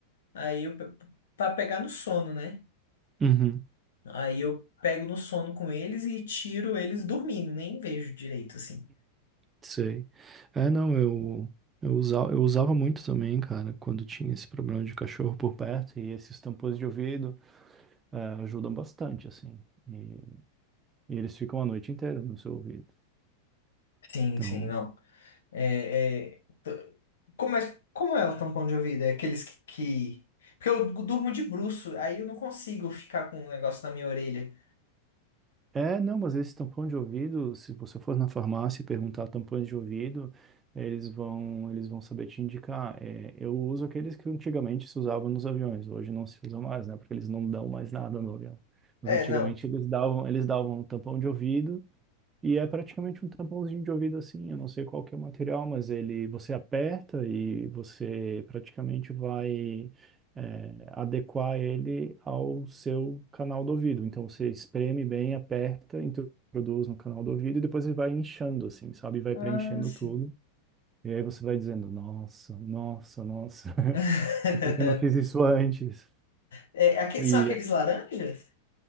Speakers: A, on the left; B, on the right.
A: Aí eu pe- pra pegar no sono, né?
B: Uhum.
A: Aí eu pego no sono com eles e tiro eles dormindo, nem vejo direito assim.
B: Sei. É, não, eu, eu, usa, eu usava muito também, cara, quando tinha esse problema de cachorro por perto e esses tampões de ouvido. é, ajudam bastante, assim. E, e eles ficam a noite inteira no seu ouvido.
A: Sim,
B: Então,
A: sim, não. É, é, t- como é, como é o tampão de ouvido? É aqueles que, que- Porque eu durmo de bruço, aí eu não consigo ficar com um negócio na minha orelha.
B: é, não, mas esse tampão de ouvido, se você for na farmácia e perguntar tampões de ouvido, eles vão, eles vão saber te indicar. É, eu uso aqueles que antigamente se usavam nos aviões, hoje não se usam mais, né? Porque eles não dão mais nada no avião. Mas
A: É,
B: antigamente
A: não.
B: eles davam, eles davam um tampão de ouvido E é praticamente um tampãozinho de ouvido assim, eu não sei qual que é o material, mas ele você aperta e você praticamente vai é, adequar ele ao seu canal do ouvido. Então você espreme bem, aperta, introduz no canal do ouvido e depois ele vai inchando assim, sabe? Vai
A: Ah,
B: preenchendo
A: sim.
B: tudo. E aí você vai dizendo, nossa, nossa, nossa, <laughs>
A: <laughs>
B: por que que eu não fiz isso antes?
A: É, aque-
B: E
A: são aqueles laranjas?